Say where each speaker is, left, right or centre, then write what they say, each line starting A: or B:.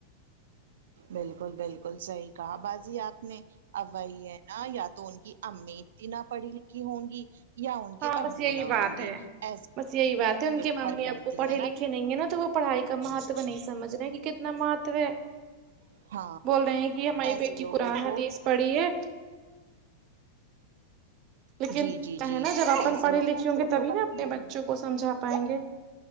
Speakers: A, on the right; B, on the right.
A: بالکل بالکل صحیح کہاں بازی آپ نے اب وہی ہے نا یا تو ان کی امی بنا پڑھی لکھی ہوں گی یا ان کے
B: ہاں بس
A: ابو
B: یہی
A: نہ
B: بات
A: ہوں گے
B: ہے
A: ایسے
B: بس یہی بات ہے ان
A: نربھر
B: کے ممی
A: کرتی
B: ابو پڑھے
A: ہے نا
B: لکھے نہیں ہیں نا تو وہ پڑھائی کا مہتو نہیں سمجھ رہے کہ کتنا مہتو ہے
A: ہاں
B: بول
A: ہاں،
B: رہے ہیں کہ ہماری
A: ایسے
B: بیٹی
A: لوگوں
B: قرآن حدیث
A: کو
B: پڑھی ہے لیکن
A: جی جی
B: چاہے
A: جی
B: نا جب اپن
A: ایسے
B: پڑھے
A: لوگوں
B: لکھے ہوں
A: کو
B: گے تبھی
A: تو بس
B: نا اپنے
A: یہی
B: بچوں کو سمجھا پائیں گے